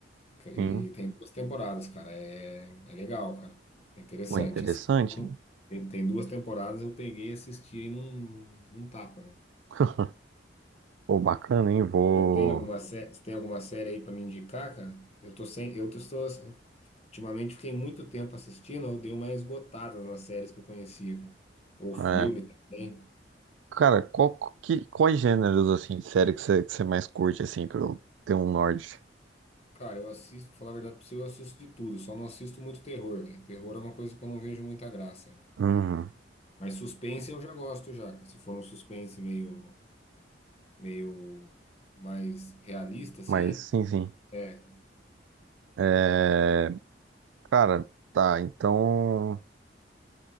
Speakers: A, on the left; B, on the right.
A: E
B: Sim.
A: tem duas temporadas, cara. É, é legal, cara. É interessante.
B: Pô, interessante.
A: Assistir, não- tem, tem duas temporadas, eu peguei e assisti aí num, num tapa, né?
B: <laughs> Pô, bacana, hein? Vou.
A: Você tem alguma, sé- você tem alguma série aí pra me indicar, cara? Eu tô sem, eu tô, estou- ultimamente fiquei muito tempo assistindo, eu dei uma esgotada nas séries que eu conhecia, cara. Ou filme
B: é,
A: também.
B: cara, qual, que, quais gêneros, assim, de série que você que você mais curte, assim, pra eu ter um norte?
A: Cara, eu assisto, pra falar a verdade pra você, eu assisto de tudo, só não assisto muito terror, velho. Terror é uma coisa que eu não vejo muita graça, velho.
B: Uhum.
A: Mas suspense eu já gosto já, cara. Se for um suspense meio meio mais realista, assim.
B: Mas, sim, sim.
A: É,
B: É, cara, tá, então.